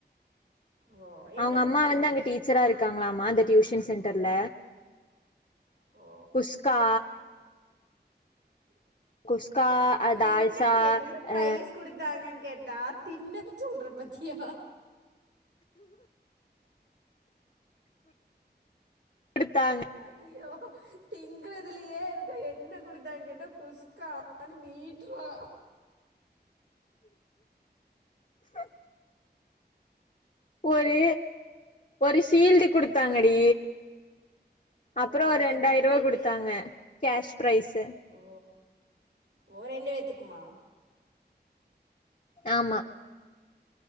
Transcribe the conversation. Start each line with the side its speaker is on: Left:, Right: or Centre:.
Right: வோ என்ன
Left: அவுங்க
Right: கொடுத்தாங்க
Left: அம்மா வந்து அங்க டீச்சரா இருக்காங்களாமா அந்த டியூஷன் சென்டர்ல
Right: ஓ
Left: குஷ்கா குஸ்கா அ தால்சா
Right: என்ன என்ன பிரைஸ்
Left: அ
Right: குடுத்தாங்கன் கேட்டா தின்னது சொல்ற பத்தியா
Left: எடுத்தாங்
Right: ஐயோ திங்குறதுலயே இருக்கே என்ன குடுத்தா எங்கிட்ட குஸ்கா <unintelligible> நீட்ரா
Left: ஹ் ம் ஒரு ஒரு ஷீல்டு குடுத்தாங்கடி
Right: அஹ்,
Left: அப்புற
Right: ஓ
Left: ஒரு
Right: சர்டிஃபிகேட்டு
Left: ரெண்டாயிரூவ குடுத்தாங்க கேஷ் பிரைஸ்சு
Right: ஓ ஓ ரெண்டு வேத்துக்குமா
Left: ஆமா